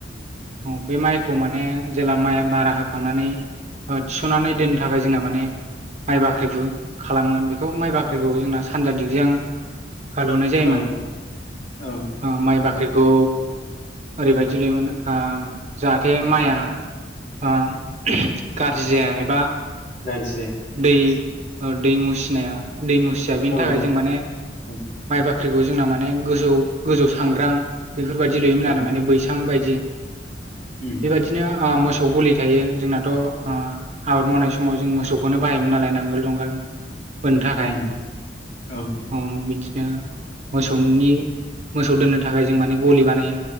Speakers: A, on the right; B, on the left.
A: औ बे माइ खौ माने जेला माइ मारा होखांनानै थिस'नानै दोननो थाखाय जोंना माने माइ बाख <unintelligible> खालामो बेखौ माइ बाख्रिखौ जोंना सानजा दिगजों हा लुनाय जायोमोन
B: औ औ
A: ओ माइ बाख्रिखौ ओरैबायदि लुयोमोन ओ जाहाथे माइआ ओ गाज्रि जाया एबा
B: गारजि जाया
A: दै ओ दै मुसिनाया दै मुसिया बेनि
B: औ
A: थाखाय जों माने
B: औ
A: माइ बा फाख्रिखौ जोंना माने गोजौ गोजौ सांग्रां बेफोरबायदि लुयोमोन आरो
B: औ
A: माने बैसां बायदि
B: औ
A: बेबायदिनो ओ मोसौ गलि थायो जोंनाथ' ओ आबाद मावनाय समाव जों मोसौखौनो बाहायोमोन नालाय नांगोल जुंगाल होनो थाखाय
B: नंगौ औ
A: <unintelligible> बियो मोसौनि मोसौ दोननो थाखाय जों माने गलि बानायो।